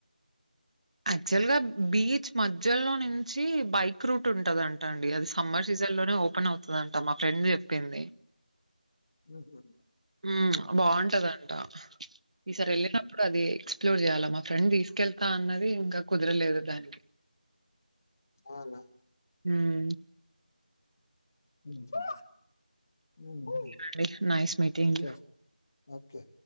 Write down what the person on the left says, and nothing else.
ఓహో
అవునా
ఉమ్ హు ఉమ్ హు
సరే ఓకే.